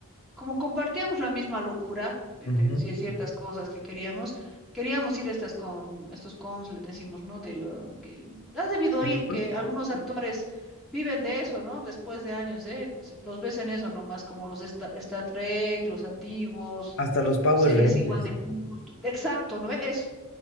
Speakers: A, in the centre; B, on the left.
A: como compartíamos la misma locura de,
B: ujú,
A: de- sí, de ciertas cosas que queríamos, queríamos ir a estas con, estos cons, le decimos, ¿no? De lo que has debido oír,
B: ujú,
A: que algunos actores viven de eso, ¿no? Después de años, ¿eh? Los ves en eso nomás, como los de Sta- Star Trek, los antiguos,
B: Hasta los Power
A: series
B: Rangers.
A: igual de culto. Exacto, ¿no? ve? Eso.